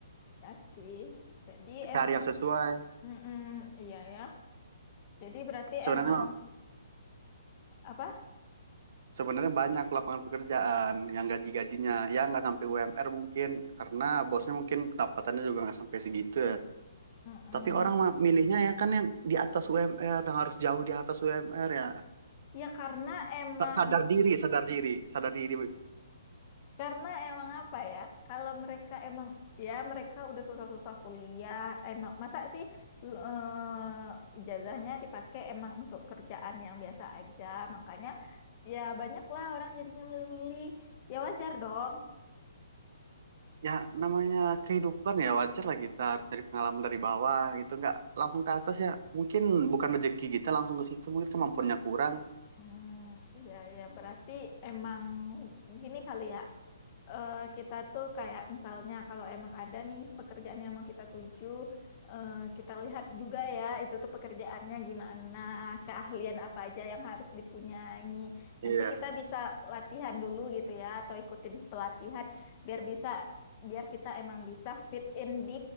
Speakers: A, on the left; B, on the right.
A: Ya sih. Jadi emang,
B: Cari yang sesuai.
A: mm iya ya. Jadi berarti
B: Sebenarnya
A: emang apa?
B: Sebenarnya banyak lapangan pekerjaan yang gaji-gajinya ya nggak sampai UMR mungkin karena bosnya mungkin pendapatannya juga nggak sampai segitu ya.
A: mm
B: Tapi orang mah milihnya ya kan yang di atas UMR yang harus jauh di atas UMR ya.
A: Ya karena emang
B: Sadar diri, sadar diri, sadar diri.
A: Karena emang apa ya, kalau mereka emang ya mereka udah susah-susah kuliah, emang masa sih eh, ijazahnya dipakai emang untuk kerjaan yang biasa aja, makanya ya banyak lah orang jadinya milih-milih, ya wajar dong.
B: Ya namanya kehidupan ya wajar lah kita harus dari pengalaman dari bawah gitu nggak langsung ke atas ya. Mungkin bukan rezeki kita langsung ke situ, mungkin kemampuannya kurang.
A: Hmm, ya ya berarti emang gini kali ya. eh, kita tuh kayak misalnya kalau emang ada nih pekerjaan yang mau kita tuju, eh, kita lihat juga ya itu tuh pekerjaannya gimana, keahlian apa aja yang harus dipunyai. Nanti
B: Iya,
A: kita bisa latihan dulu gitu ya atau ikutin pelatihan biar bisa biar kita emang bisa fit in di